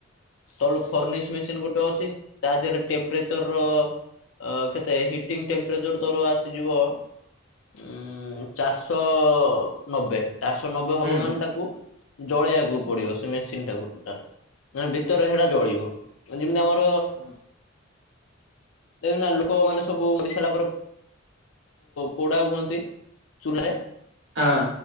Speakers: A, on the left; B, on the right.
A: ତଲ ଫର୍ନିଶ୍ ମେସିନ୍ ଗୋଟେ ଅଛି ତା ଦେହେରେ ଟେମ୍ପ୍ରେଚରର ଅଁ କେତେ ହିଟିଙ୍ଗି ଟେମ୍ପ୍ରେଚର ତୋରୋ ଆସିଯିବ। ଉଁ ଚାରଶହ ନବେ ଚାରିଶହ ନବେ ହବ
B: ହୁଁ
A: ମାନେ ତାକୁ ଜଳେଇବାକୁ ପଡିବ ସେ ମେସିନ ଟାକୁ ଟୁଟାଲ ମାନେ ଭିତରେ ସେଟା ଜଳିବ ଯେମିତି ଆମର
B: ହଁ।
A: ଦେଖିନା ଲୁକ ମାନେ ସବୁ। <unintelligible> କୋଡ଼ା ହୁଅନ୍ତି ଚୁଲାରେ
B: ହଁ